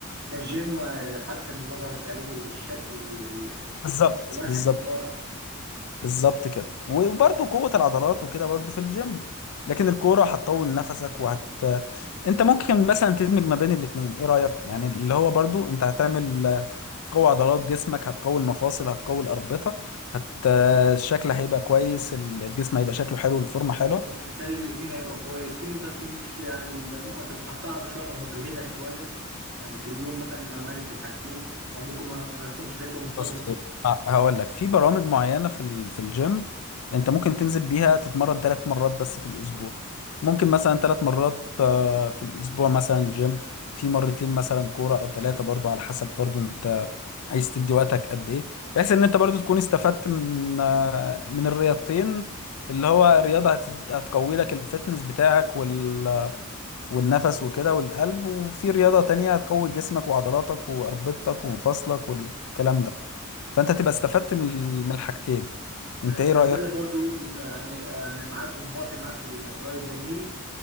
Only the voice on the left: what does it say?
بالظبط
بالظبط
بالظبط كده وبرضه قوة العضلات وكده برضه في الجيم لكن الكورة هتطول نفسك وهت انت ممكن مثلا تدمج ما بين الاتنين ايه رأيك يعني اللي هو برضو انت هتعمل هتقوي عضلات جسمك هتقوي المفاصل هتقوي الأربطة هت الشكل هيبقى كويس الجسم هيبقى شكله حلو الفورمة حلوة
بص آه، هقول لك في برامج معينة في ال- في الجيم انت ممكن تنزل بيها تتمرن ثلاث مرات بس في الاسبوع ممكن مثلا ثلاث مرات آه، في الاسبوع مثلا جيم في مرتين مثلا كورة او ثلاثة برضو على حسب برضو انت عايز تدي وقتك قد ايه بحيث ان انت برضو تكون استفدت من آه، من الرياضتين اللي هو رياضة هت- هتقوي لك الفتنس بتاعك وال... والنفس وكده والقلب وفي رياضة تانية هتقوي جسمك وعضلاتك وأربطتك ومفاصلك والكلام ده فانت تبقى استفدت من ال- من الحاجتين انت
ايه رأيك